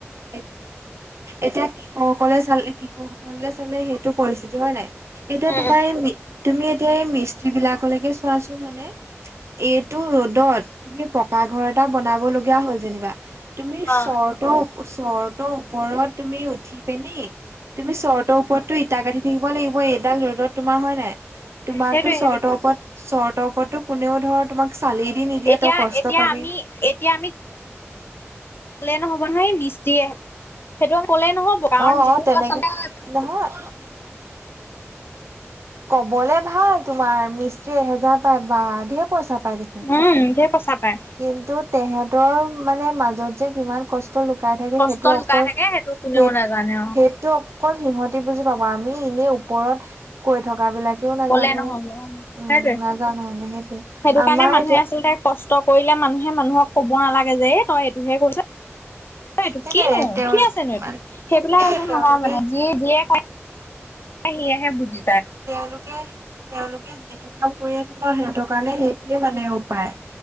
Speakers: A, on the right (about 70°); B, on the left (about 50°).
A: অ এতিয়া কৃষক সকলে চাল কৃষক সকলে চালে সেইটো পৰিস্থিতি, হয় নাই?
B: উম
A: এতিয়া তোমাৰ এই মি তুমি এতিয়া এই মিস্ত্ৰী বিলাকলেকে চোৱাচোন হয়নে। এইটো ৰ'দত তুমি পকা ঘৰ এটা বনাব লগীয়া হ'ল যেনিবা তুমি চৰ্তৰ
B: অ
A: চৰ্তৰ ওপৰত তুমি উঠি পেনি তুমি চৰ্তৰ ওপৰতটো ইটা গাঁঠি থাকিব লাগিব এইডাল ৰ'দত, তোমাৰ হয় নাই? তোমাকতো
B: সেইটোৱে
A: চৰ্টৰ
B: সেইটোৱে
A: ওপৰত চৰ্টৰ ওপৰতো কোনেও ধৰ তোমাক চালি দি নিদিয়ে
B: এতিয়া
A: তই কষ্ট
B: এতিয়া
A: পাবি।
B: আমি এতিয়া আমি কলে নহব নহয় এই মিস্ত্ৰীয়ে, সেইটো কলে নহব কাৰণ
A: অ
B: যিটো
A: অ তেনেকে
B: আচলতে
A: নহয় কবলে ভাল তোমাৰ মিষ্ট্ৰীয়ে এহেজাৰ পায় বা ঢেৰ পইচা পায় দেখুন
B: উম ঢেৰ পইচা পায়।
A: কিন্তু তেহতৰ মানে মাজত যে কিমান কষ্ট লুকাই থাকে
B: কষ্ট
A: সেইটো
B: লুকাই
A: অকল
B: থাকে সেইটো কোনেও
A: সেই
B: নাজানে আৰু
A: সেই টো অকল সিহঁতি বুজি পাব, আমি এনেই ওপৰত কৈ থকা বিলাকে ও নাজানো
B: কলে নহব
A: উম
B: সেইটোৱে
A: নাজানো মানে সেইটোৱেই,
B: সেইটো কাৰণে
A: আমাৰ
B: মানুহে
A: এতিয়া
B: আচলতে কষ্ট কৰিলে মানুহে মানুহক কব নালাগে যে এই তই এইটোহে কৰিছ। এইটো
A: সেইটোৱে
B: কিনো
A: তেওঁ
B: কি আছেনো এইটো,
A: মানে
B: সেইবিলাক
A: সেইটোৱে
B: আচল
A: তেওঁলোকে
B: নহয় মানে যি যিয়ে খাই সিয়েহে বুজে।
A: তেওঁলোকে তেওঁলোকে যিটো কাম কৰি আছে ন সেইটো কাৰণে সেইটোৱে মানে উপায়।